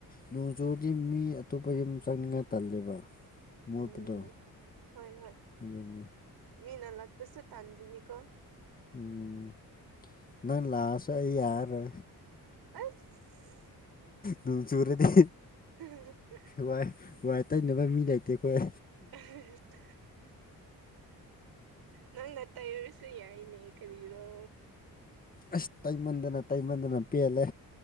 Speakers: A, on the left (about 25°); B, on the right (about 85°).
A: ꯅꯣꯡ ꯆꯨꯔꯗꯤ ꯃꯤ ꯑꯇꯣꯞꯄ ꯌꯨꯝ ꯆꯪꯅꯤꯡꯉꯥꯏ ꯇꯜꯂꯦꯕ꯫ ꯃꯣꯠꯄꯗꯣ
B: ꯎꯝ ꯍꯣꯏ ꯍꯣꯏ
A: ꯑꯗꯨꯅꯦ
B: ꯃꯤꯅ ꯂꯥꯛꯄꯁꯨ ꯇꯥꯟꯗꯣꯏꯅꯤꯀꯣ
A: ꯎꯝ ꯅꯪ ꯂꯥꯛꯑꯁꯨ ꯑꯩ ꯌꯥꯔꯔꯣꯏ
B: ꯑꯁ
A: ꯅꯣꯡ ꯆꯨꯔꯗꯤ꯫
B: <unintelligible>
A: ꯋꯥꯏ ꯋꯥꯏ ꯇꯩꯅꯕ ꯃꯤ ꯂꯩꯇꯦ ꯑꯩꯈꯣꯏ
B: <unintelligible> ꯅꯪꯅ ꯇꯩꯔꯁꯨ ꯌꯥꯏꯅꯦ ꯀꯔꯤꯔꯣ
A: ꯑꯁ ꯇꯩꯃꯟꯗꯅ ꯇꯩꯃꯟꯗꯅ ꯄꯦꯜꯂꯦ